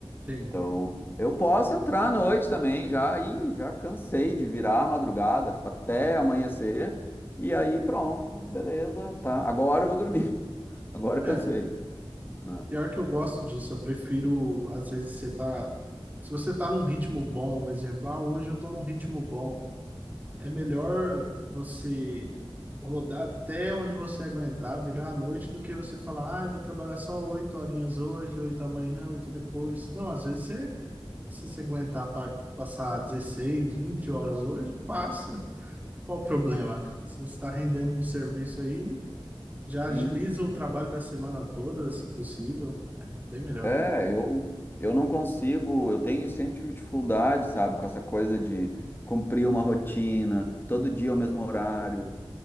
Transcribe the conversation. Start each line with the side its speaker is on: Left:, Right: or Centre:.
Right: Sim.
Left: Então, eu posso entrar à noite também, já aí já cansei de virar a madrugada, tipo, até amanhecer, e aí pronto, beleza, tá. Agora eu vou dormir. <laughs> Agora eu
Right: É,
Left: cansei, né?
Right: pior que eu gosto disso, eu prefiro, às vezes, você tá. Se você tá num ritmo bom, um exemplo, ah, hoje eu tô num ritmo bom. É melhor você rodar até onde você aguentar, virar à noite, do que você falar, ah, eu vou trabalhar só oito horinhas hoje, oito amanhã, oito depois. Não, às vezes você, se você aguentar pa- passar 16, 20 horas hoje, passa. Qual o problema? Se você está rendendo um serviço aí, já agiliza
Left: Sim.
Right: o trabalho da semana toda, se possível. É bem melhor,
Left: É, eu eu não consigo, eu tenho sempre tive dificuldade, sabe, com essa coisa de cumprir uma rotina, todo dia ao mesmo horário,